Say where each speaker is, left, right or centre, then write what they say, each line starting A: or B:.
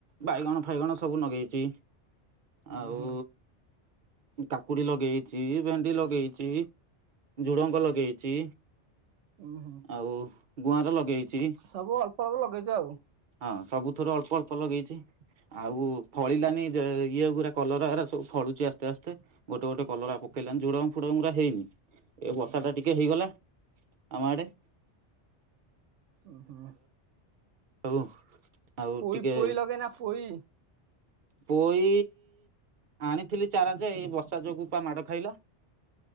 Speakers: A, on the right (about 50°); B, on the right (about 80°).
A: ବାଇଗଣ ଫାଇଗଣ ସବୁ ଲଗେଇଛି।
B: ଉୁଁ
A: ଆଉ
B: ହୁଁ
A: କାକୁଡ଼ି ଲଗେଇଛି, ଭେଣ୍ଡି ଲଗେଇଛି ଝୁଡ଼ଙ୍କ ଲଗେଇଛି
B: ଉଁ ହୁଁ
A: ଆଉ ଗୁଆଁର ଲଗେଇଛି।
B: ସବୁ ଅଳ୍ପ ଅଳ୍ପ ଲଗେଇଛ ଆଉ।
A: ହଁ ସବୁଥର ଅଳ୍ପ ଅଳ୍ପ ଲଗେଇଛି ଆଉ ଫଳିଲାନି ଯେ ଇଏ ଗୁରା କଲରା ହେରା ସବୁ ଫଳୁଛି ଆସ୍ତେ ଆସ୍ତେ ଗୋଟେ ଗୋଟେ କଲରା ପକେଇଲାଣି ଝୁଡଙ୍ଗ ଫୁଡ଼ଙ୍ଗ ହେରା ହେଇନି। ଏ
B: ହୁଁ।
A: ବର୍ଷା ଟା ଟିକେ ହେଇଗଲା ଆମ ଆଡ଼େ।
B: ଓହୋ
A: ଆଉ ଆଉ
B: ପୋଇ
A: ଟିକେ
B: ପୋଇ ଲଗେଇନା ପୋଇ
A: ପୋଇ ଆଣିଥିଲି ଚାରା ଯାଏ ଏଇ ବର୍ଷା ଯୋଗୁ ପା ମାଡ଼ ଖାଇଲା।